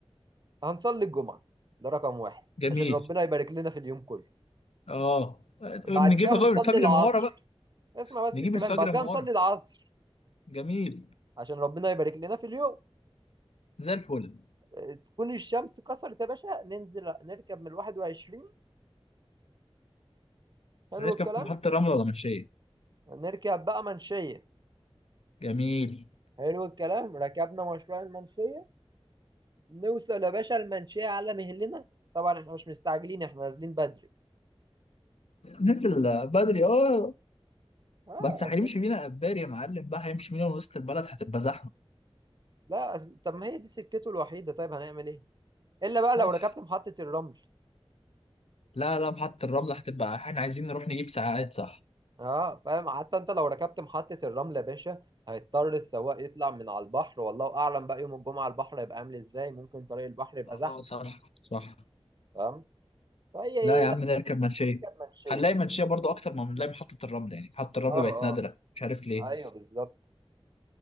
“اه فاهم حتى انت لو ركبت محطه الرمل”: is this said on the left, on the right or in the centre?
Right